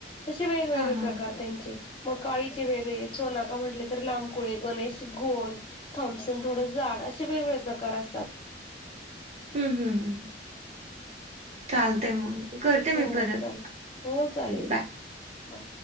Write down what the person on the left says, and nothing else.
तसे वेगवेगळे
प्रकार
त्यांचे मग काळीचे वेगळे सोनाका म्हटले तर लांबकुळे गणेश घोल थॉम्पसन थोडं जाड असे वेगवेगळे प्रकार असतात.
हो
चालेल हो चालेल
बाय.